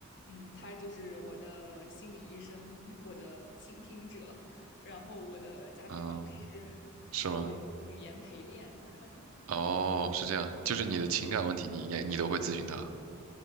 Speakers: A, on the left; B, on the right.
A: 嗯，它就是我的心理医生，<laughs> 我的倾听者，然后我的家庭老师，
B: 嗯，是吗？
A: 然后我的语语言陪练。<laughs>
B: 哦，是这样，就是你的情感问题你，应该你都会咨询他